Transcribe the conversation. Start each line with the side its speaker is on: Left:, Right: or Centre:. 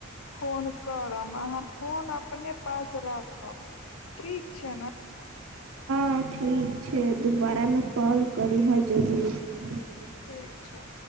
Left: फोन करब। अहाँ फोन अपने पास रखब, ठीक छै ने?
Right: हं ठीक छै, दुबारामे कॉल करिहऽ जरूर
Left: ठीक छै।